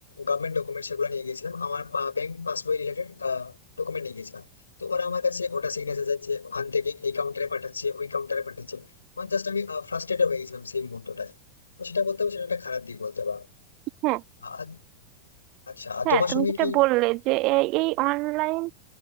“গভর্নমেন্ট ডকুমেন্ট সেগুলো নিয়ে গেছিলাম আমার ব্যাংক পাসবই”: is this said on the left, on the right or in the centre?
Left